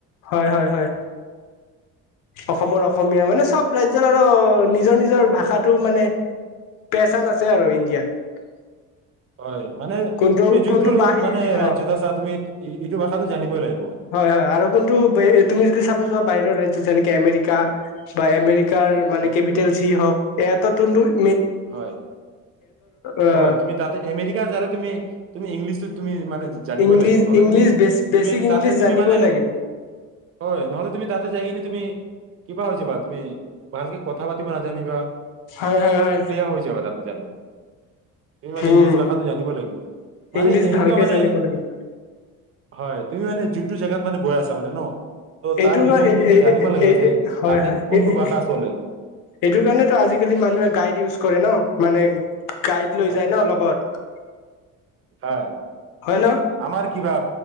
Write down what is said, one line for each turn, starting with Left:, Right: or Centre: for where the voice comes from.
Left: হয়, হয়, হয়। অসমৰ অসমীয়া। মানে, চব ৰাজ্যৰ আৰু নিজৰ নিজৰ ভাষাটো, মানে, পেহচান আছে আৰু ইণ্ডিয়াত।
Right: হয়। মানে,
Left: কোনটো
Right: তুমি যোনটো,
Left: কোনটো বাহিৰ
Right: মানে, ৰাজ্যত
Left: অ
Right: আছা, তুমি ইটো ভাষাটো জানিবই লাগিব।
Left: হয় <unintelligible> তুমি যদি চাব, যোৱা বাহিৰৰ ৰাজ্য টো যেনেকে আমেৰিকা বা আমেৰি কাৰ মানে
Right: উম,
Left: কেপিটেল যি হওক এটা <unintelligible>
Right: হয়,
Left: আহ
Right: হয়। তুমি তাতে আমেৰিকা গ'লে, তুমি, তুমি ইংলিছটো, তুমি মানে, জানিবই
Left: ইংলিছ
Right: লাগিব। নহ'লে
Left: ইংলিছ
Right: তুমি,
Left: বেছ বেছিক
Right: তুমি
Left: ইংলিছ
Right: তাতে, তুমি
Left: জানিবই
Right: মানে,
Left: লাগিব
Right: হয়, নহ'লে তুমি তাতে যাই কিনে তুমি কিবা হৈ যাবা। তুমি ভালকে কথা পাতিব নাজানিবা
Left: হয় হয় হয়।
Right: কৈ যাবা তাতে জালে। তুমি মানে
Left: উম
Right: ইংলিছ ভাষাটো জানিব লাগিব, মানে
Left: ইংলিছ
Right: এনেকুৱা
Left: ভালকে
Right: মানে,
Left: জানিব লাগিব
Right: হয়। তুমি মানে যিটো জেগাত মানে, গৈ আছা মানে ন ত'
Left: এইটোৰ
Right: তাৰ বিষয়ে
Left: এই
Right: তুমি
Left: এই-এই-এই
Right: জানিব লাগিব যে
Left: হয়
Right: তাতে
Left: হয়,
Right: কোনটো
Left: এই-এই-এইটোৰ
Right: ভাষা চলে
Left: কাৰণেতো আজিকালি মানুহে গাইড ইউজ কৰে ন', মানে গাইড লৈ
Right: হয়
Left: যায় ন লগত।
Right: হয়।
Left: হয় ন
Right: আমাৰ কিবা